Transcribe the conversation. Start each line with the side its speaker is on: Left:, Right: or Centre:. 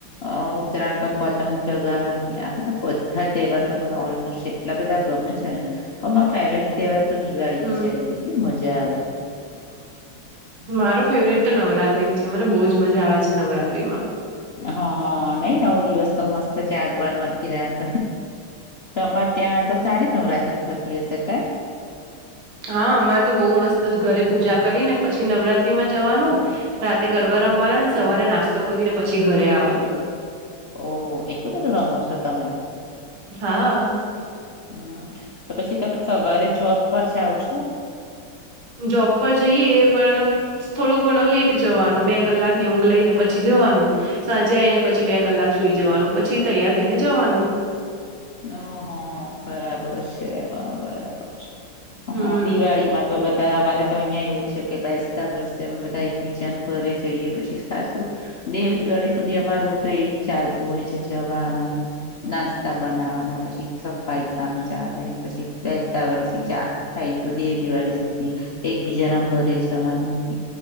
Left: અ ઉત્તરાયણ પર પતંગ ચગાવવાની, આ બધા બધા તહેવાર એવા તો મને ઓલમોસ્ટ એટલા બધા ગમે છે ને. હ, ફેવરેટ તહેવાર તો દિવાળી
Right: હમ
Left: જ છે, કેટલી મજા આવે.
Right: મારો ફેવરેટ તો નવરાત્રી જ છે, મને બહુજ મજા આવે છે નવરાત્રિ માં.
Left: હા, નહીં, નવ દિવસ તો મસ્ત જાગવાનું આખી રાત. તો અરે, ત્યાં તો સારી નવરાત્રી થતી હશે કેમ?
Right: હા, અમારે તો બહુ મસ્ત, ઘરે પૂજા કરી ને પછી નવરાત્રીમાં જવાનું. રાત્રે ગરબા રમવાના ને, સવારે નાસ્તો કરીને પછી ઘરે આવવાનું.
Left: ઓહ, એટલું બધું રમો છો તમે?
Right: હા
Left: હમ, તો પછી તમે સવારે જોબ પર જાઓ છો?
Right: જોબ પર જઈએ, પણ થોડું ઘણું લેટ જવાનું, બે કલાક ની ઊંઘ લઈને, પછી જવાનું. સાંજે આવીને, પછી બે કલાક સુઈ જવાનું, પછી તૈયાર થઈ ને જવાનું.
Left: હ, હા, બરાબર છે. બરાબર છે.
Right: હમ
Left: હા. દિવાળી માં તો બધા અમારે તો અહિયાં એવું છે કે, બેસતા બેસતા બધા એકબીજા ઘરે જઈએ પછી ખાસું દેવ દિવાળી સુધી અમારું તો એજ ચાલતું હોય છે, જવા આવવાનું. નાસ્તા બનાવાના પછી ફાઈ કામ ચાલે, પછી બેસતા વર્ષથી
Right: હમ
Left: ચા થાય તો દેવ દિવાળી સુધી એકબીજા ના ઘરે છે અમારે